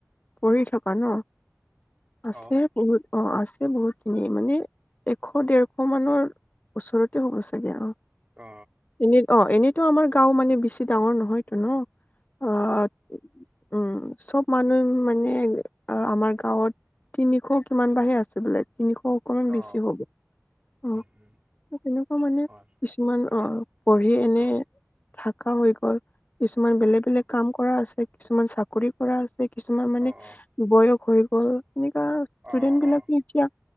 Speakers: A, on the left (about 30°); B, on the right (about 25°).
A: কৰি থকা ন
B: অ
A: আছে বহুত অ আছে বহুত খিনি মানে এশ ডেৰশ মানৰ ওচৰতে হ'ব চাগে আৰু
B: অ
A: এনে অ এনেইতো আমাৰ গাওঁ মানে বেছি ডাঙৰ নহয়তো ন অ উম, চব মানুহ মানে আমাৰ গাঁৱত। তিনিশ কিমান বাহে আছে বোলে তিনিশ। অকমান
B: অ
A: বেছি হ'ব অ,
B: উম উম
A: তেনেকুৱা মানে।
B: হয়
A: কিমান অ, পঢ়ি এনে
B: অ
A: থাকা হৈ গ'ল। কিছুমান বেলেগ
B: উম
A: বেলেগ
B: উম
A: কাম কৰা আছে কিছুমান চাকৰি কৰা আছে। কিছুমান মানে
B: অ অ
A: বয়স হৈ গ'ল। এনেকুৱা ষ্টুডেন্টবিলাকে
B: অ অ
A: এতিয়া